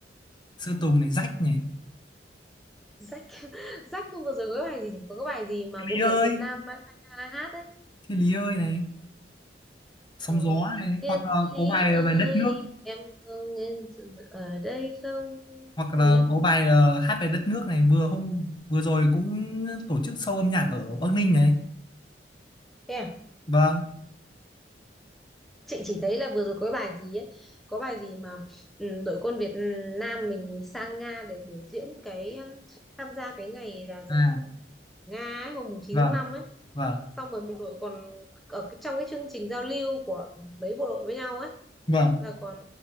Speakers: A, on the left (about 25°); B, in the centre.
A: Sơn Tùng này, Rách này,
B: rách <laughs> rách không vừa rồi có cái bài gì nhỉ có cái bài gì mà
A: Thiên
B: bộ
A: Lý
B: đội
A: ơi,
B: Việt Nam mang ra hát đấy
A: Thiên Lý ơi này, Sóng
B: ờ,
A: gió này,
B: Thiên
A: hoặc là
B: Lý
A: có bài
B: ơi
A: về đất nước,
B: em có nghe sự ở đây không
A: hoặc là
B: gì á
A: có bài ờ, hát về đất nước này vừa hôm vừa rồi cũng tổ chức show âm nhạc ở Bắc Ninh này.
B: Thế à?
A: Vâng.
B: chị chỉ thấy là vừa rồi có cái bài gì ấy có bài gì mà ừ, đội quân Việt Nam mình sang Nga để biểu diễn cái um, tham gia cái ngày là giải
A: À,
B: phóng Nga ấy, hôm mùng 9
A: vâng,
B: tháng 5 ấy
A: vâng,
B: xong rồi bộ đội còn ở cái- trong cái chương trình giao lưu của mấy bộ đội với nhau ấy
A: vâng.
B: là còn